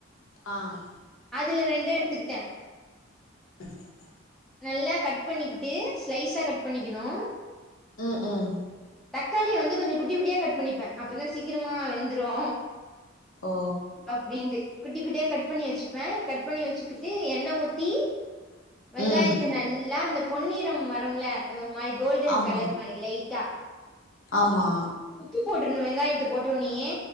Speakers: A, on the left (about 80°); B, in the centre.
A: ஆஹ்
B: அதுல ரெண்டு எடுத்துகிட்டே
A: <inaudible>
B: நல்லா கட் பண்ணிக்கிட்டு ஸ்லைஸா கட் பண்ணிக்கணூ
A: ம் ம்
B: தக்காளிய வந்து கொஞ்சொ குட்டி குட்டியா கட் பண்ணிப்பெ அப்பதா சீக்கிரமா வெந்துரூ
A: ஓ
B: அப்டின்டு குட்டி குட்டியா கட் பண்ணி வெச்சிப்பே கட் பண்ணி வெச்சுக்கிட்டு எண்ணெ ஊத்தீ வெங்காயத்த
A: ம்
B: நல்லா அந்த பொன்னிறம் வரம்ல ஒரு மாறி கோல்டன்
A: ஆமா
B: கலர் மாறி லைட்டா
A: ஆமா
B: உப்பு போட்ருங்க வெங்காயத்த போட்டவொனேயே